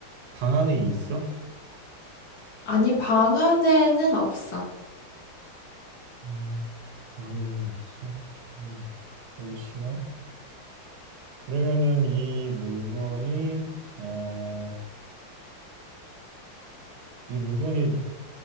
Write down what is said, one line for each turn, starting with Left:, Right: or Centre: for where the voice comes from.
Right: 방 안에 있어?
Left: 아니, 방 안에는 없어.
Right: 어, 방 안에는 없어. 그러면 잠시만. 그러면은 이 물건이 어 이 물건이